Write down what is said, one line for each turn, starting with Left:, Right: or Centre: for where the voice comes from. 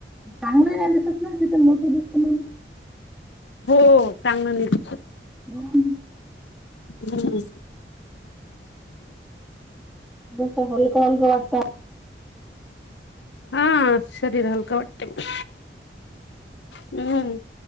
Centre: चांगलं नाही दिसत ना तिथे मोठं दिसत म्हणून.
Left: हो, चांगलं <unintelligible>
Centre: <unintelligible>
Left: हम.
Centre: <unintelligible>
Left: हां. शरीर हलक वाटतंय. हम्म.